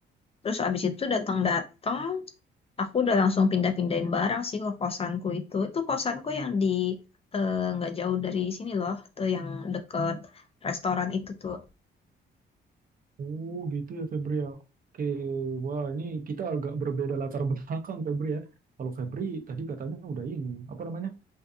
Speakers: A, on the left (about 30°); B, on the right (about 45°).
A: Terus abis itu datang-datang, aku udah langsung pindah-pindahin barang sih ke kosanku itu. Itu kosanku yang di eh, nggak jauh dari sini loh, tuh yang deket restoran itu tuh.
B: Oh gitu ya Febri ya. Oke, wah ini kita agak berbeda latar belakang Febri ya. Kalau Febri tadi katanya udah ini, apa namanya?